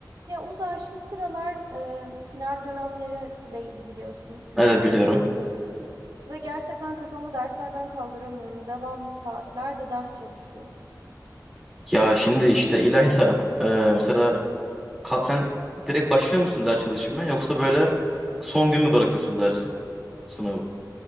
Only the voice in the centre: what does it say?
Evet biliyorum.
Ya şimdi işte İlayda e, mesela kal- sen direkt başlıyor musun ders çalışmaya yoksa böyle son gün mü bırakıyorsun dersi sınavı?